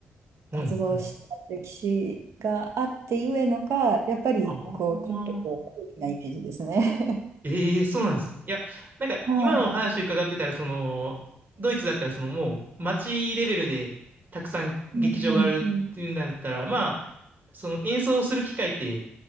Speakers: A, on the right; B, on the right.
A: うんうん
B: 活動した歴史があってゆえのか、やっぱりこう、
A: ああ。
B: ちょっとこう、高貴なイメージですね。
A: ええそうなんですね。いや、なんか今のお話伺ってたら、
B: <laughs> は
A: その、ドイツだったら、そのもう街レベルでたくさん劇場があるっていうんだったら、
B: い。うんうんうん。
A: まあ、その演奏する機会って、